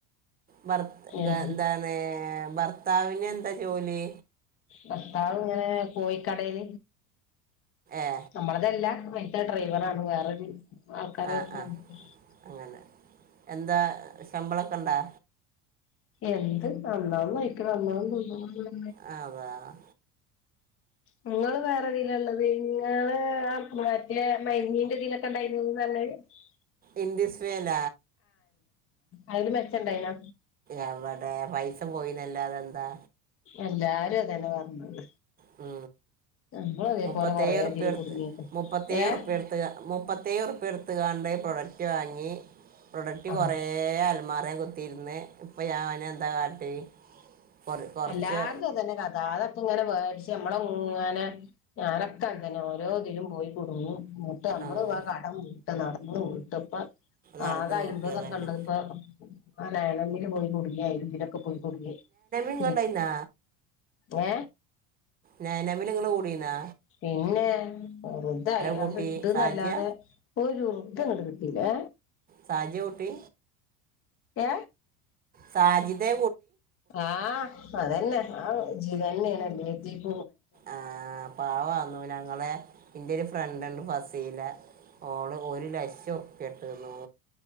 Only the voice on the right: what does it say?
ഭർ
എന്താണ് ഭർത്താവിന എന്താ ജോലി
ഏ
ആ
ആ അങ്ങനെ എന്താ ശമ്പളൊക്കെ ണ്ടാ
ആ <unintelligible>
എന്ന്ദിസ് വേല
എവിടെ പൈസ പോയിന്നല്ല അതെന്താ
മ്
മുപ്പത്ത
ർ
പർ
മുപ്പത്തിേർ
പർ മുപ്പത്തേർ പർ ത്തുകാണ്ട് ഈ പ്രൊഡക്റ്റ് വാങ്ങി പ്രൊഡക്റ്റ്
കുറേ അൽമാറ കുത്തിയിരുന്ന് ഇപ്പൊ ഞാനെ എന്താ കാട്ടി കൊറ കൊറച്ച്
ആഹ്
നടന്ന്
വീട്ടുക തന്നെ
ണ്ടായിന്നാ
ഞാ നവിൽ ഇങ്ങനെ കൂടന്നാ
കൂട്ടി
സാജിയ
സാജി ഊട്ടി
സാജിതേ.
ആഹ പവാന്നു ഞങ്ങളെ എന്റെ ഒരു ഫ്രണ്ട്ണ്ട് ഫ. സീല ഓള് ഒരു ലക്ഷം ഉർപ്പ്യ ട്ടുന്നു.